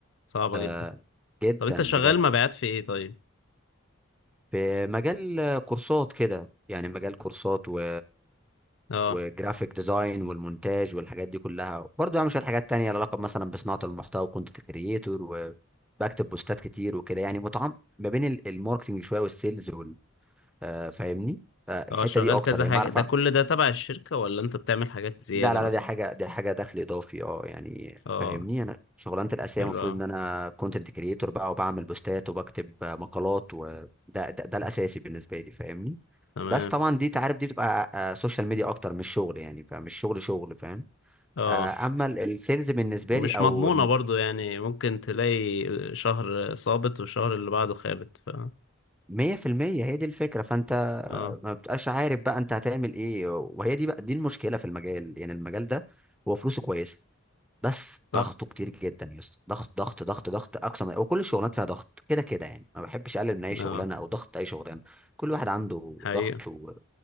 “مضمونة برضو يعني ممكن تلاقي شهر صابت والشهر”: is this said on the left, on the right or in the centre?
Left